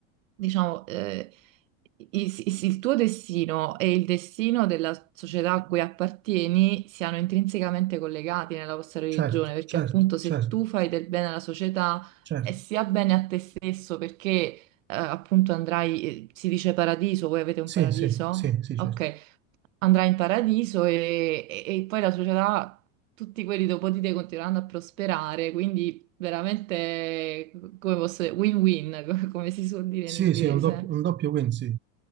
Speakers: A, on the right; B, on the right.
A: diciamo, eh, i- i- il tuo destino e il destino della società a cui appartieni siano intrinsecamente collegati nella vostra religione,
B: certo,
A: perché
B: certo,
A: appunto se
B: certo,
A: tu fai del bene alla società,
B: certo.
A: è sia bene a te stesso, perché eh, appunto andrai, eh, si dice paradiso, voi avete un
B: Sì,
A: paradiso?
B: sì, sì, sì,
A: Ok,
B: certo.
A: andrai in paradiso e, e- e poi la società, tutti quelli dopo di te continueranno a prosperare, quindi veramente, come posso dire, win-win, <laughs> co- come si suol dire
B: Sì,
A: in inglese.
B: sì, un doppio, un doppio win, sì.